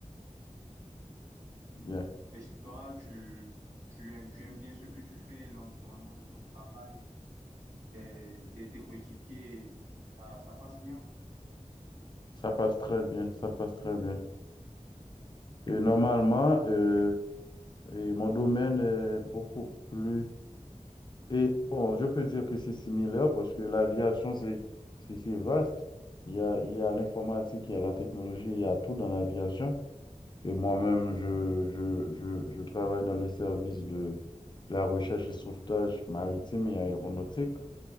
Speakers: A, on the left; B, on the right.
A: bien.
B: Et si toi, tu, tu aimes, tu aimes bien ce que tu fais, l'environnement de ton travail, euh, tes, tes- tes coéquipiers, ça, ça passe bien.
A: Ça passe très bien, ça passe très bien. Et normalement, euh, et mon domaine est beaucoup plus Et bon, je peux dire que c'est similaire parce que l'aviation, c'est c'est- c'est vaste. Il y a, il y a l'informatique, il y a la technologie, il y a tout dans l'aviation. Et moi-même, je, je, je, je travaille dans le service de la recherche et sauvetage maritime et aéronautique.